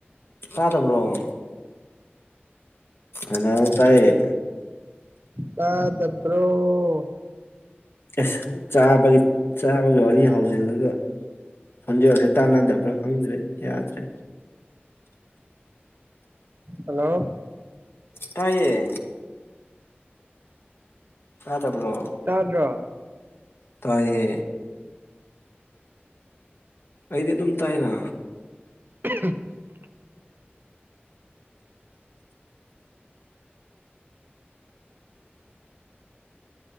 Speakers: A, on the left; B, on the right.
A: ꯇꯥꯗꯕ꯭ꯔꯣ ꯑꯅ ꯇꯥꯏꯌꯦ
B: ꯇꯥꯗꯕ꯭ꯔꯣ
A: ꯑꯁ ꯆꯥꯕꯒꯤ ꯆꯥꯕꯒꯤ ꯋꯥꯔꯤ ꯍꯧꯖꯤꯜꯂꯒ ꯈꯣꯟꯖꯦꯜꯁꯦ ꯇꯥꯟꯅꯗꯕ꯭ꯔꯥ ꯈꯪꯗ꯭ꯔꯦ ꯌꯥꯗ꯭ꯔꯦ
B: ꯍꯜꯂꯣ
A: ꯇꯥꯏꯌꯦ ꯇꯥꯗꯕ꯭ꯔꯣ
B: ꯇꯥꯗ꯭ꯔꯣ
A: ꯇꯥꯌꯦ ꯑꯩꯗꯤ ꯑꯗꯨꯝ ꯇꯥꯏꯅ
B: <inaudible>